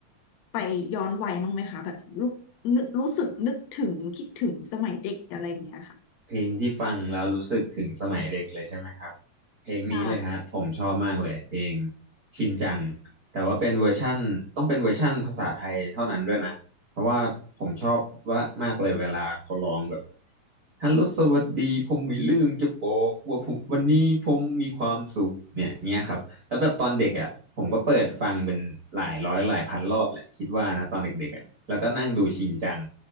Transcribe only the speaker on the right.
เพลงที่ฟังแล้วรู้สึกถึงสมัยเด็กเลยใช่ไหมครับเพลงนี้เลยฮะผมชอบมากเลยเพลง
ชินจังแต่ว่าเป็นเวอร์ชั่นต้องเป็นเวอร์ชั่นภาษาไทยเท่านั้นด้วยนะเพราะว่าผมชอบว่ามากเลยเวลาเขาร้องแบบฮัลโหลสวัสดีผมมีเรื่องจะบอกว่าผมวันนี้ผมมีความสุขเนี่ยเงี้ยครับแล้วแบบตอนเด็กอ่ะผมก็เปิดฟังเป็นหลายร้อยหลายพันรอบแหละคิดว่านะตอนเด็กๆอ่ะแล้วก็นั่งดูชินจัง